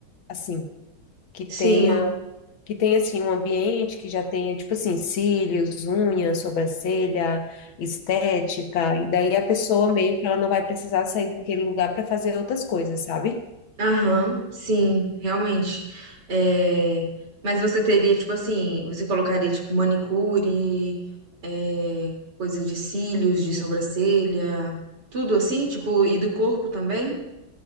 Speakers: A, on the left; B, on the right.
A: Assim, que tenha,
B: Sim.
A: que tenha assim, um ambiente que já tenha, tipo assim, cílios, unha, sobrancelha, estética, e daí a pessoa meio que ela não vai precisar sair daquele lugar para fazer outras coisas, sabe?
B: Aham, sim, realmente. É, mas você teria, tipo assim, você colocaria, tipo, manicure, é, coisa de cílios, de sobrancelha, tudo assim, tipo, e do corpo também?